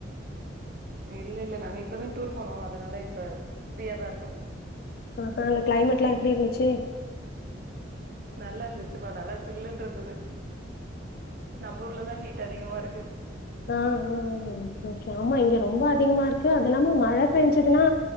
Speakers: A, on the right; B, on the left.
A: இல்ல இல்ல நாங்க இப்பதா டூர் போனோ அதனால இப்ப ஃப்ரீயா தா இருக்கோ
B: அ ஹா அங்க க்ளைமேட்லா எப்டிருந்ச்சு சி
A: நல்லாருந்துச்சுப்பா நல்லா சில்லுன்றுந்துது நம்பூர்லதா ஹீட் அதிகமாருக்கு
B: அ அ அ ஓகே ஓகே ஆமா இங்க ரொம்ப அதி திகமாருக்கு அது இல்லாம மழ பேஞ்சிதுனா